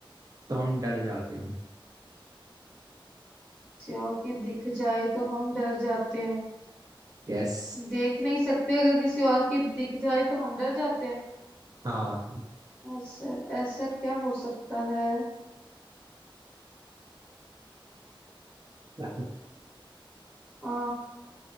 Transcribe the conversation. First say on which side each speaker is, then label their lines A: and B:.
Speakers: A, on the right; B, on the right.
A: तो हम डर जाते हैं
B: और की दिख जाए तो हम डर जाते हैं
A: यस
B: देख नहीं सकते अगर किसी और की दिख जाए तो हम डर जाते हैं
A: हाँ
B: ऐसा ऐसा क्या हो सकता है
A: हाँ
B: आ,